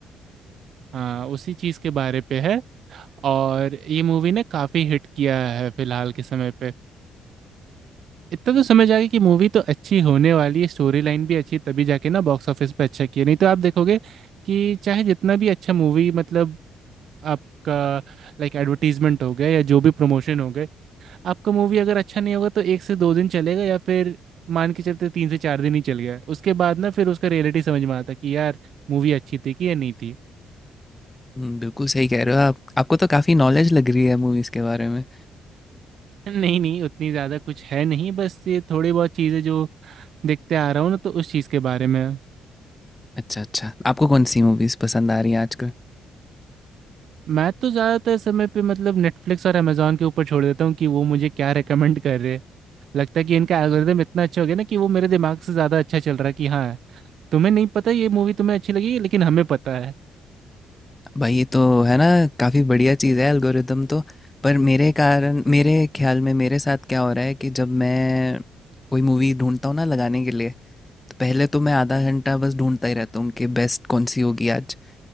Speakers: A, on the right (about 65°); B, on the left (about 15°).
A: हाँ उसी चीज़ के बारे पे है और ये मूवी ने काफ़ी हिट किया है फिलहाल के समय पे इतना तो समझ आ गया कि मूवी तो अच्छी होने वाली है स्टोरी लाइन भी अच्छी तभी जाके ना बॉक्स ऑफिस पे अच्छा किया नहीं तो आप देखोगे कि चाहे जितना भी अच्छा मूवी मतलब आपका लाइक एडवर्टीजमेंट हो गया या जो भी प्रमोशन हो गए आपका मूवी अगर अच्छा नहीं होगा तो एक से दो दिन चलेगा या फिर मान के चलते तीन से चार दिन ही चल गया उसके बाद ना फिर उसका रियलिटी समझ में आता कि यार मूवी अच्छी थी कि या नहीं थी
B: हम्म, बिल्कुल सही कह रहे हो आप आपको तो काफ़ी नॉलेज लग रही है मूवीज़ के बारे में
A: <laughs> नहीं नहीं उतनी ज़्यादा कुछ है नहीं बस ये थोड़ी बहुत चीज़ें जो देखते आ रहा हूँ ना तो उस चीज़ के बारे में है।
B: अच्छा अच्छा आपको कौन सी मूवीज़ पसंद आ रही हैं आजकल
A: मैं तो ज़्यादातर समय पे मतलब नेटफ्लिक्स और अमेजोन के ऊपर छोड़ देता हूँ कि वो मुझे क्या रेकमेंड कर रहे हैं लगता है कि इनका एल्गोरिदम इतना अच्छा हो गया ना कि वो मेरे दिमाग से ज़्यादा अच्छा चल रहा है कि हाँ तुम्हें नहीं पता ये मूवी तुम्हें अच्छी लगी लेकिन हमें पता है
B: भाई ये तो है ना काफ़ी बढ़िया चीज़ है एल्गोरिदम तो पर मेरे कारण मेरे ख्याल में मेरे साथ क्या हो रहा है कि जब मैं कोई मूवी ढूंढता हूँ ना लगाने के लिए तो पहले तो मैं आधा घंटा बस ढूंढता ही रहता हूँ कि बेस्ट कौन सी होगी आज